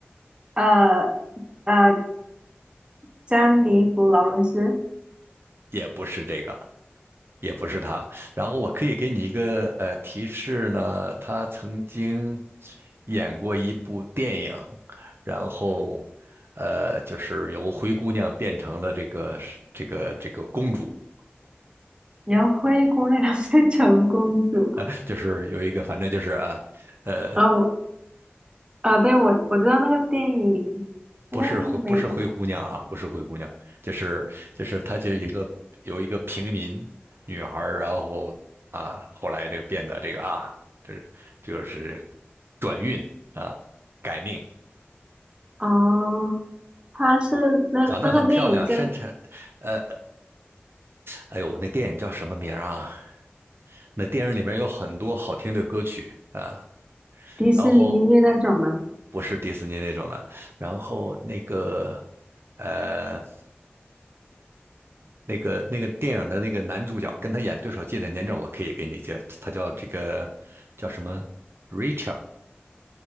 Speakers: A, on the right; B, on the right.
A: 呃呃，詹妮弗·劳伦斯，
B: 也不是这个。也不是他。然后我可以给你一个呃提示呢，他曾经演过一部电影，然后呃就是由灰姑娘变成了这个是这个这个公主，
A: 然后灰姑娘变成公主，
B: 呃就是有一个反正就是啊呃
A: 然后我，啊，对，我我知道那个电影，
B: 不是灰不是灰姑娘啊不是灰姑娘，
A: 那个美，
B: 就是就是她就是一个有一个平民女孩儿，然后啊后来这个变得这个啊这这就是转运啊改命。
A: 哦，它是那那个电影叫
B: 长得很漂亮，身材，呃，哎呦，那电影叫什么名儿啊？那电影里面有很多好听的歌曲啊，
A: 迪士尼音乐那种吗？
B: 然后不是迪士尼那种的，然后那个，呃，那个那个电影的那个男主角跟他演对手戏的年长，我可以给你介，他叫这个叫什么？Rachel，